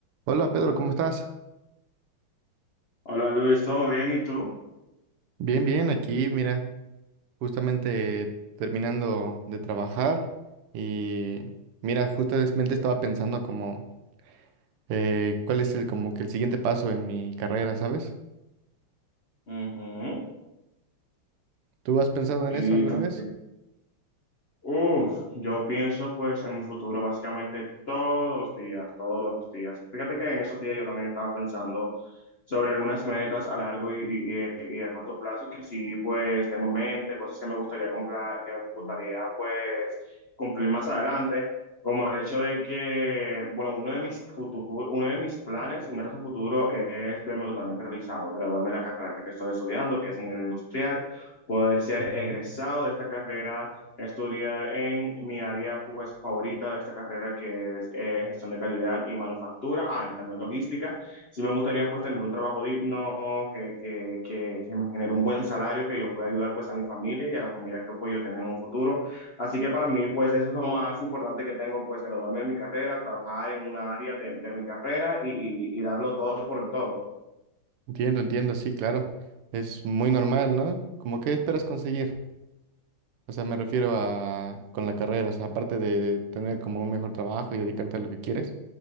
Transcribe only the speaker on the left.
Hola Luis, ¿todo bien? ¿Y tú?
Ujú.
Y
como
que, uff, yo pienso pues en mi futuro básicamente todos los días, todos los días. Fíjate que en esos días yo también estaba pensando sobre algunas metas a largo y, y- y a corto plazo que sí, pues tengo en mente, cosas que me gustaría comprar, que me gustaría, pues, cumplir más adelante, como el hecho de que, bueno, uno de mis futuro, uno de mis planes y metas a futuro es verme totalmente realizado, graduarme de la carrera que estoy estudiando, que es ingeniería industrial, poder ser
egresado de esta carrera estudiar en mi área pues favorita de esta carrera que es eh, gestión de calidad y manufactura, ah, y también logística, sí me gustaría pues tener un trabajo digno, que, que, que, que me genere un buen salario, que yo pueda ayudar pues a mi familia y a la familia que pues, yo tenga en un futuro. Así que para mí pues eso es lo más importante que tengo, pues graduarme de mi carrera, trabajar en una área de, de mi carrera y, y, y darlo todo por el todo.